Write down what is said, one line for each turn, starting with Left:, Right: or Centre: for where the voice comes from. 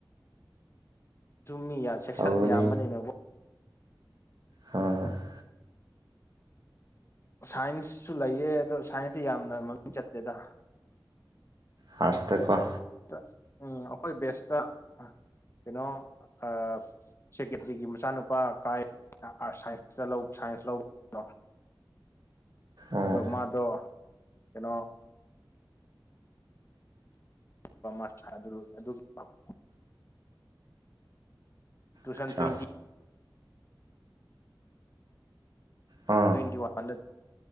Left: ꯃꯤ ꯆꯦꯛꯁꯟ
Right: ꯇꯧꯕꯅꯤ
Left: ꯌꯥꯝꯕꯅꯤꯅ
Right: ꯍꯥ
Left: ꯁꯥꯏꯟꯁꯁꯨ ꯂꯩꯌꯦ ꯑꯗꯣ ꯁꯥꯏꯟꯁꯇꯤ ꯌꯥꯝꯅ ꯃꯃꯤꯡ ꯆꯠꯇꯦꯗ
Right: ꯐꯥꯔꯁꯇꯀꯣ
Left: ꯇꯥ ꯎꯝ ꯑꯈꯣꯏ ꯕꯦꯁꯇ ꯀꯩꯅꯣ ꯑꯥ ꯁꯦꯀꯦꯇ꯭ꯔꯤꯒꯤ ꯃꯆꯥꯅꯨꯄꯥ ꯀꯥꯏ ꯑ ꯑꯥꯔ ꯁꯥꯏꯟꯁ ꯇꯥ ꯂꯧ ꯁꯥꯏꯟꯁ ꯂꯧꯕꯗꯣ
Right: ꯑꯣ
Left: ꯑꯗꯣ ꯃꯥꯗꯣ ꯀꯩꯅꯣ <unintelligible> ꯇꯨꯁꯟ
Right: ꯑꯠꯆꯥ
Left: ꯐꯤꯗꯤ
Right: ꯑ
Left: ꯇ꯭ꯋꯦꯟꯇꯤ ꯋꯥꯟꯗ